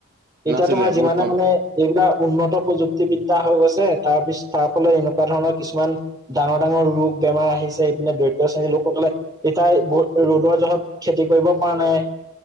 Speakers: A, on the right (about 15°); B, on the right (about 45°).
A: এতিয়া
B: নাছিলে
A: তোমাৰ যিমানে
B: বহুত কম
A: মানে এইবিলাক উন্নত প্ৰযুক্তিবিদ্যা হৈ গৈছে তাৰ পিছ তাৰ ফালত এনেকুৱা ধৰণৰ কিছুমান ডাঙৰ ডাঙৰ ৰোগ বেমাৰ আহিছে ইপিনে দৰিদ্ৰ শ্ৰেণী লোকসকলে এতিয়া ৰ'দৰ জহত খেতি কৰিব পৰা নাই